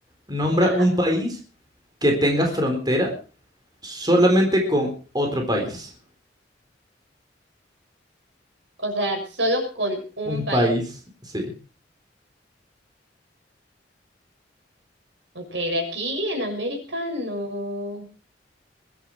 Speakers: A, on the right (about 25°); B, on the right (about 80°).
A: Nombra
B: Ajá.
A: un país que tenga frontera solamente con otro país.
B: O sea, solo con un
A: Un
B: país.
A: país, sí.
B: Ok, de aquí en América no,